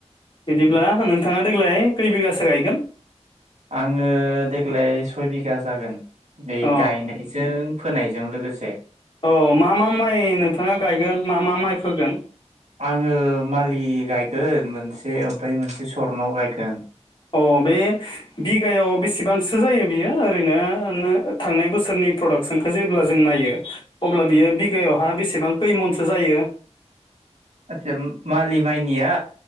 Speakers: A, on the left; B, on the right.
A: बिदिब्ला नोंथाङा देग्लाय कै बिगासो गायगोन?
B: आङो देग्लाय सय बिघा जागोन। बे
A: अ
B: गायनायजों फोनायजों जों लोगोसे
A: औ मा मा माइ नोंथाङा गायगोन मा मा माइ फोगोन?
B: आङो मालि गायगोन मोनसे ओमफ्राय मोनसे सरन' गायगोन।
A: अ बे बिगायाव बेसेबांसो जायो बियो ओरैनो थांनाय बोसोरनि प्रडाक्सनखौ जेब्ला जों नायो अब्ला बियो बिगायावहा बेसेबां खैमनसो जायो?
B: आतसा मालि माइनिया?